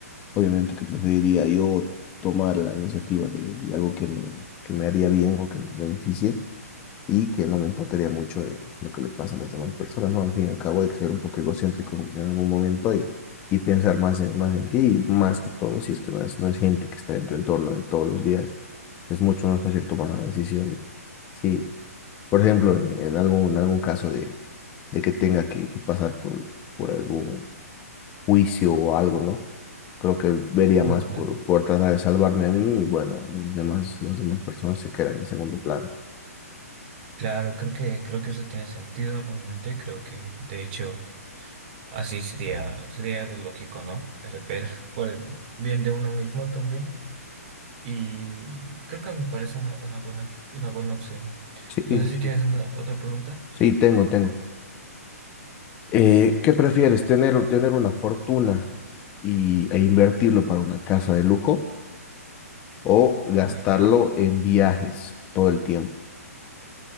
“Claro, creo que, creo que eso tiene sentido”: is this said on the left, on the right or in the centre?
Right